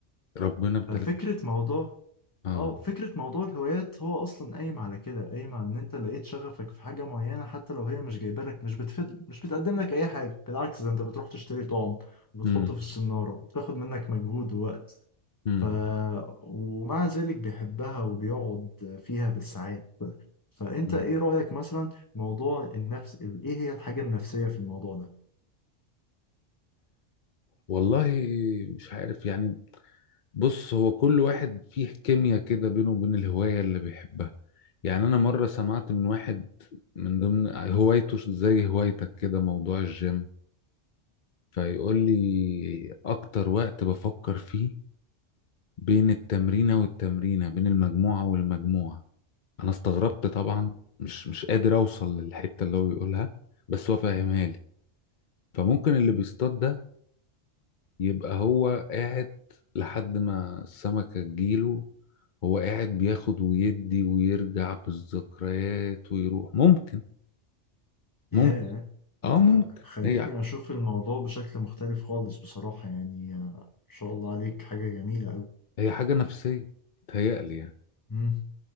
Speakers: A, on the left; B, on the left.
A: ربنا ابتلى
B: ففكرة موضوع
A: اه
B: اه فكرة موضوع الهوايات هو أصلا قايم على كده قايم على إن أنت لقيت شغفك في حاجة معينة حتى لو هي مش جايبة لك مش بتفيد مش بتقدم لك أي حاجة بالعكس ده أنت بتروح تشتري طعم وبتحطه
A: امم
B: في السنارة وبتاخد منك مجهود ووقت
A: امم
B: ف ومع ذلك بيحبها وبيقعد فيها بالساعات فأنت
A: أمم.
B: إيه رأيك مثلا موضوع النفس إيه هي الحاجة النفسية في الموضوع ده؟
A: والله مش عارف يعني بص هو كل واحد فيه كيمياء كده بينه وبين الهواية اللي بيحبها يعني أنا مرة سمعت من واحد من ضمن هوايته زي هوايتك كده موضوع الجيم فيقول لي أكتر وقت بفكر فيه بين التمرينة والتمرينة بين المجموعة والمجموعة أنا استغربت طبعا مش مش قادر أوصل للحتة اللي هو بيقولها بس هو فاهمها لي فممكن اللي بيصطاد ده يبقى هو قاعد لحد ما السمكة تجيله هو قاعد بياخد ويدي ويرجع بالذكريات ويروح ممكن
B: ياه
A: ممكن اه
B: انت
A: ممكن
B: خلتني
A: هي
B: اشوف الموضوع بشكل مختلف خالص بصراحة يعني آه، ما شاء الله عليك حاجة جميلة قوي
A: هي حاجة نفسية تهيألي يعني
B: مم.